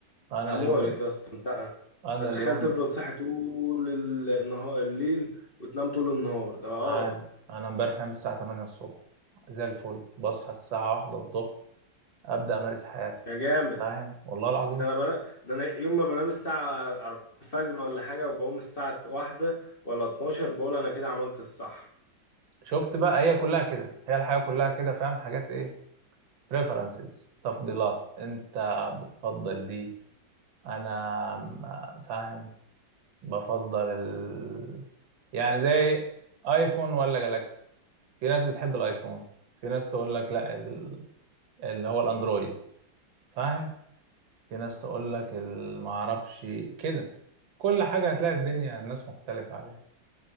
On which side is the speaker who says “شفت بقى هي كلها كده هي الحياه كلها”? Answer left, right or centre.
Right